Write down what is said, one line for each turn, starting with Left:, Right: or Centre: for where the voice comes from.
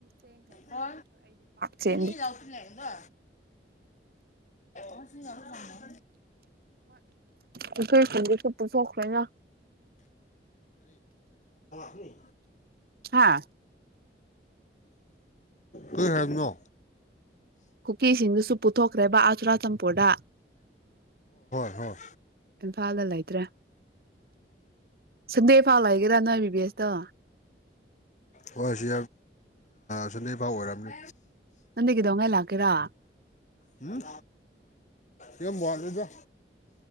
Left: ꯍ
Right: ꯆꯦꯟꯗꯦ
Left: ꯏ ꯂꯥꯎꯇ ꯍꯥꯏꯗꯣ ꯎ <unintelligible>
Right: ꯑꯩꯈꯣꯏꯁꯤꯡꯗꯁꯨ ꯄꯨꯊꯣꯛꯈ꯭ꯔꯦꯅ
Left: ꯑꯅꯤ
Right: ꯍꯥꯥ
Left: ꯍ ꯍꯥꯏꯦꯕꯅꯣ
Right: ꯀꯨꯀꯤꯁꯤꯡꯗꯨꯁꯨ ꯄꯨꯊꯣꯛꯈ꯭ꯔꯦꯕ ꯑꯆꯨꯔꯥꯆꯝꯄꯣꯗ
Left: ꯍ
Right: ꯏꯝꯐꯥꯜꯗ ꯂꯩꯇ꯭ꯔꯦ ꯁꯟꯗꯦ ꯏꯝꯐꯥꯜ ꯂꯩꯒꯦꯔꯥ ꯅꯥ ꯍꯥꯏꯕꯤꯕꯁ ꯨꯠꯇ
Left: ꯍꯣꯏ ꯁꯤ ꯁꯟꯗꯩ ꯄꯥꯎ ꯑꯣꯏꯔꯝꯃꯤ
Right: ꯆꯟꯦ ꯀꯗꯧꯉꯦ ꯂꯥꯛ ꯀꯦꯔꯥ
Left: ꯎꯝ ꯌꯦ ꯔꯗ